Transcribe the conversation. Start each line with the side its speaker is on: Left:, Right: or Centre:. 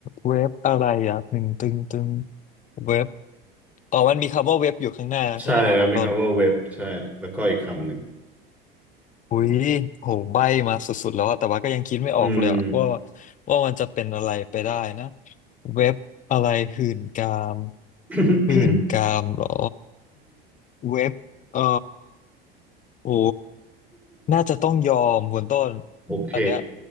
Left: เว็บอะไรอ่ะหนึ่งตึงตึงเว็บอ๋อมันมีคำว่าเว็บอยู่ข้างหน้าใช่ไหมครับคุณต้น
Centre: ใช่ครับมีคำว่าเว็บใช่แล้วก็อีกคำหนึ่ง
Left: อุ้ยโหใบ้มาสุดๆแล้วอะแต่ว่าก็ยังคิดไม่ออกเลยอะว่า
Centre: อืม
Left: ว่ามันจะเป็นอะไรไปได้นะเว็บอะไรหื่นกาม
Centre: <laughs>
Left: หื่นกามเหรอเว็บเออโอ้น่าจะต้องยอมคุณต้น
Centre: โอเค
Left: อันเนี้ย